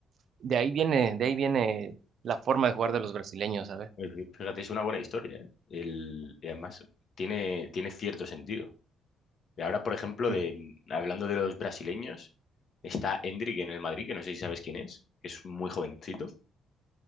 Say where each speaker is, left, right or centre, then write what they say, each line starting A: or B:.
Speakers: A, on the right; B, on the left.
A: de ahí viene, de ahí viene la forma de jugar de los brasileños, ¿sabes?
B: Eh, fí- Fíjate, es una buena historia, ¿eh? El, y además tiene, tiene cierto sentido. Y ahora, por ejemplo,
A: Sí.
B: de, mm, hablando de los brasileños, está Endrick en el Madrid, que no sé si sabes quién es, que es muy jovencito.